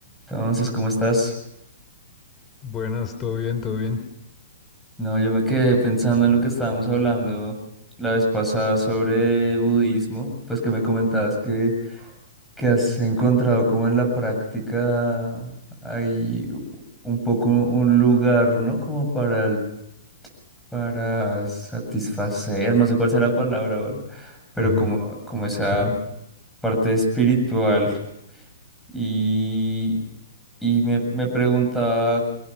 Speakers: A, in the centre; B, on the left.
A: Entonces, ¿cómo estás?
B: Buenas, todo bien, todo bien.
A: No, yo me quedé pensando en lo que estábamos hablando la vez pasada sobre budismo, pues que me comentabas que, que has encontrado como en la práctica hay un poco un lugar, ¿no? Como para, el- para satisfacer, no sé cuál sea la palabra, ¿verdad? Pero
B: Ujú,
A: como, como esa
B: ujú.
A: parte espiritual. Y, y me, me preguntaba